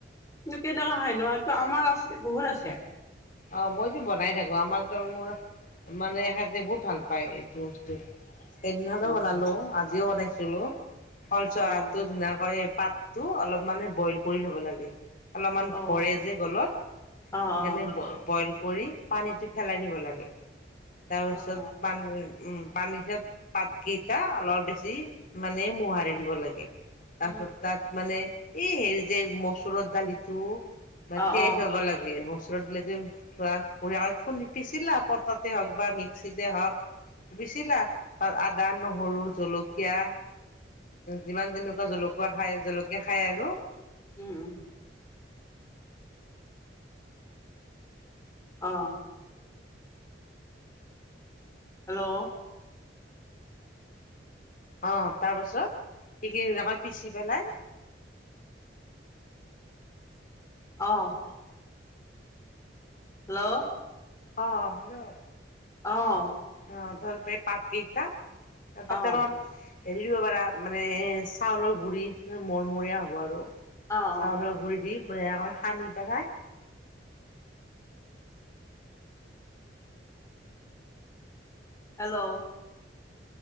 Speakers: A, on the left (about 15°); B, on the left (about 45°).
A: ত কেনেকুৱা হয় নহ তো আমাৰ আছে বহুত আছে।
B: অ', মইতো বনাই থাকো আমাৰ মোৰ মানে এহেঁতে বহুত ভাল পায় এইটো বস্তু। এইদিনখনো
A: হয় নেকি?
B: বনালো আজিও বনাইছিলো কল চহৰা
A: অ',
B: ধুনীয়াকৈ পাত টো অলপ মানে বইল কৰি ল'ব লাগে। অলপমান
A: অ',
B: ভৰে যে গলত
A: অ', অ',
B: সেইকাৰণে বইল কৰি পানীটো পেলাই দিব লাগে তাৰপিছত
A: অ'।
B: পান উম পানীৰ পাত কেইটা অলপ বেছি মানে মোহাৰি দিব লাগে। তাৰপিছত
A: অ',
B: তাত মানে এই হেৰি যে মচুৰৰ দালিটো বা
A: অ',
B: তিয়াই
A: অ
B: থব লাগে মচলত দিলে টো <unintelligible> নি পিচালা পটাতে হওক বা মিক্সিতে হওক। পিচিলা আদা, নহৰু, জলকীয়া যিমান যেনেকুৱা জলকোৱা খায় জলকীয়া খায় আৰু।
A: উম উম। অ'। হেল্ল'
B: অ', তাৰ পাছত সেইখিনি এনেকৈ পিচি পেলাই
A: অ' হেল্ল'
B: অ ', হেল্ল'
A: অ'।
B: অ', ধৰ পাত কেইটা পাতল
A: অ',
B: দিদিব পৰা মানে চাউলৰ গুৰি মৰমৰীয়া হ'ব আৰু।
A: অ',
B: চাউলৰ গুৰি দি বঢ়িয়াকৈ সানি পেলাই
A: হেল্ল'